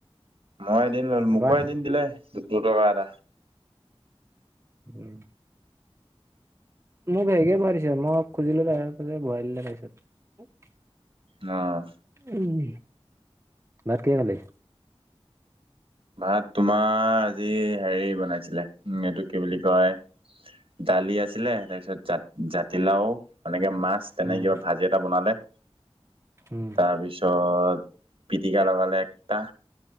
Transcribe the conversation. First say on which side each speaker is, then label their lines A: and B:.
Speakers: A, on the right; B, on the right.
A: মই এদিন ললো
B: তাৰপা
A: মোকো এদিন দিলে দু দুটকা এটা।
B: উম। মোক হেৰিকে ভৰাই দিছে, মই খুজিলো তাৰ <unintelligible> ভৰাই দিলে তাৰপিছত।
A: অহ।
B: উম, ভাত কিহে খালে?
A: ভাত তোমাৰ আজি হেৰি বনাইছিলে, এইটো কি বুলি কয়? দালি আছিলে, তাৰপিছত জাত জাতিলাও এনেকে মাছ তেনে
B: উম
A: কিবা ভাজি এটা বনালে
B: উম
A: তাৰপিছত পিটিকা লগালে একটা